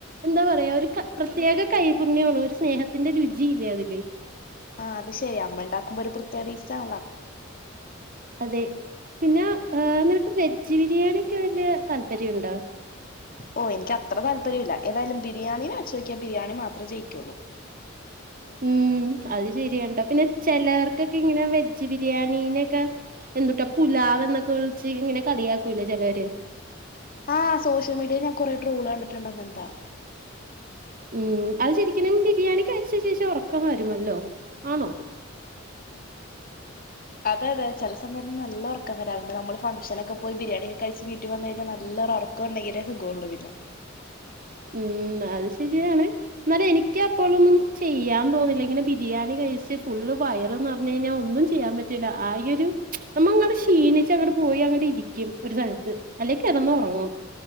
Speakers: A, on the right (about 45°); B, on the left (about 45°).
A: എന്താ പറയാ ഒരു പ്രത്യേക കൈപുണ്യണോ ഒരു സ്നേഹത്തിന്റെ രുചിയില്ലേ അതില്
B: ആഹ് അത് ശെരി അമ്മ ഉണ്ടാക്കുമ്പോ ഒരു പ്രത്യേക ഇഷ്ടണല്ലോ
A: അതെ പിന്നെ നിനക്ക് വെജ് ബിരിയാണി ഒക്കെ വല്യ താല്പര്യംണ്ടോ <unintelligible>
B: ഓ എനിക്ക് അത്ര താല്പര്യം ഇില്ല ഏതായാലും ബിരിയാണി അ ചോയ്ക്കാൻ ബിരിയാണി മാത്രേ ജയിക്കുള്ളൂ
A: ഉം അത് ശരിയണ്ടോ പിന്നെ ചെിലവർക്കൊക്കെ ഇങ്ങനെ വെജ് ബിരിയാണീനൊക്കെ എന്തുട്ടാ പുലാവ് എന്നൊക്കെ വിളിച്ച് ഇങ്ങനെ കളിയാക്കൂല ചിലര്
B: ആഹ് സോഷ്യൽ മീഡിയൽ ഞാൻ കൊറെേ ട്രോള് കണ്ടിട്ടുണ്ടണ്ട് അങ്ങനത്താ
A: ഉം അത് ശരിക്കും ബിരിയാണി കഴിച്ച ശേഷം ഉറക്കം വരുമല്ലോ ആണോ <unintelligible>
B: അതെ അതെ ചില സമയത്ത് നല്ല ഉറക്കം വരാണ്ട് നമ്മള് ഫാൻക്ഷൻ നൊക്കെ പോയി ബിരിയാണിൊക്ക കഴച്ച് വീട്ടിൽ വന്നു കഴിഞ്ഞാൽ നല്ല എല്ല ഉറക്കം ഉണ്ടെങ്കിലെ സുഖള്ളു പിന്നെ
A: <unintelligible> ഉം അത് ശരിയാണ് എന്നാല എനിക്ക് അപ്പോഴൊന്നും ചെയ്യാൻ തോന്നില്ല ഇങ്ങനെ ബിരിയാണി ഫുള്ള് വയർനിറഞ്ഞു കഴിഞ്ഞാൽ ഒന്നും ചെയ്യാൻ പറ്റില്ല ആകെ ഒരു നമ്മ അങ്ങടെ ക്ഷീണിച്ച അങ്ങടെ പോയി അങ്ങടെ ഇരിക്കും ഒരു സ്ഥലത്ത് അല്ലെക്ക് ഇിറന്ന് ഉറങ്ങും